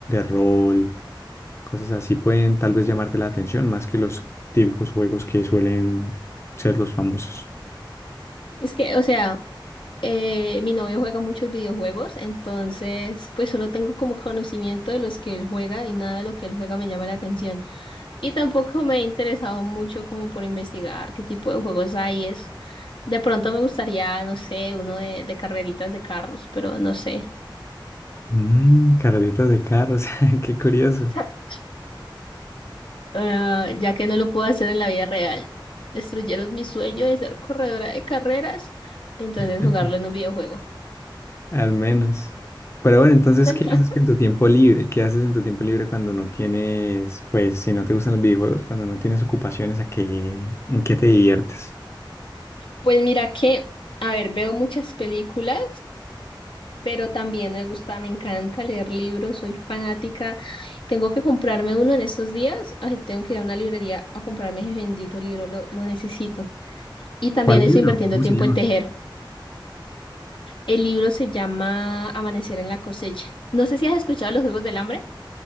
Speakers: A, on the left; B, on the left.
A: rol, cosas así pueden tal vez llamarte la atención más que los típicos juegos que suelen ser los famosos.
B: Es que, o sea, eh, mi novio juega muchos videojuegos, entonces, pues solo tengo como conocimiento de los que él juega y nada de lo que él juega me llama la atención. Y tampoco me he interesado mucho como por investigar qué tipo de juegos hay y eso. De pronto me gustaría, no sé, uno de, de carreritas de carros, pero no sé.
A: Mm, carreritas de carros, <laughs> qué curioso,
B: <laughs> Ah, ya que no lo puedo hacer en la vida real. Destruyeron mi sueño de ser corredora de carreras, entonces
A: <laughs>
B: jugarlo en un videojuego.
A: al menos. Pero bueno, entonces,
B: <laughs>
A: ¿qué haces en tu tiempo libre? ¿Qué haces en tu tiempo libre cuando no tienes, pues, si no te gustan los videojuegos, cuando no tienes ocupaciones, ¿a qué, en qué te diviertes?
B: Pues mira que, a ver, veo muchas películas pero también me gusta, me encanta leer libros, soy fanática. Tengo que comprarme uno en estos días. Ay, tengo que ir a una librería a comprarme ese bendito libro, lo, lo necesito. Y también
A: ¿Cuál
B: estoy
A: libro?
B: invirtiendo
A: ¿Cómo
B: tiempo
A: se llama?
B: en tejer. El libro se llama Amanecer en la cosecha. No sé si has escuchado los Juegos del Hambre.